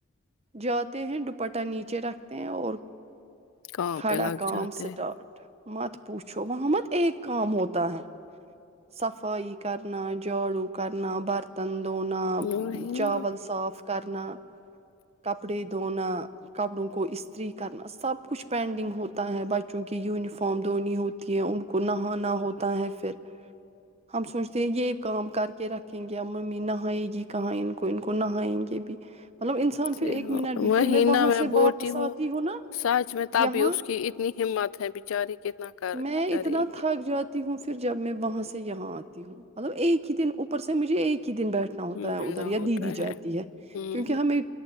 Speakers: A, on the right; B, on the left.
A: ج ہیں دوپٹہ نیچے رکھتے ہیں اور
B: کہاں
A: کھڑا
B: پہ لگ
A: کا
B: جاتے
A: سٹارٹ
B: ہیں
A: متد پوچھو وہاں مت ایک کام ہوتا ہے صفائی کرنا جھاڑو کرنا برتن دھونا
B: وہی
A: چل
B: نا
A: صاف کرنا کپڑے دھونا کپڑوں کو استری کرنا سب کچھ پینڈنگ ہوتا ہے بچوں کی یونیفارم دھونی ہوتی ہے ان کو نہانا ہوتا ہے پھر ہم سوچتے ہیں یہ کام کر کے رکھیں گے ممی نہ نہئے گی کہاں ان کو ان کو نہیں گے بھی مطلب انسان
B: ج
A: پھر ایک
B: ہاں
A: منٹ بھی
B: وہیں
A: پھر وہاں
B: نہ میں
A: سے
B: بولتی
A: واپس آتی
B: ہوں
A: نا
B: سچ میں تب
A: یہاں
B: بھی اس کی اتنی ہمت ہے بچاری کتنا کر
A: میں اتنا
B: کرے گی
A: تھک جاتی ہوں جب میں وہاں سے یہاں آتی ہوں مطلب ایک ہی دن اوپر سے مجھے ایک ہی دن بیٹھ ہوتا
B: ملنا
A: ہے ادھر یا
B: ہوتا
A: دی دی جاتی ہے
B: ہوں
A: کیونکہ ہمیں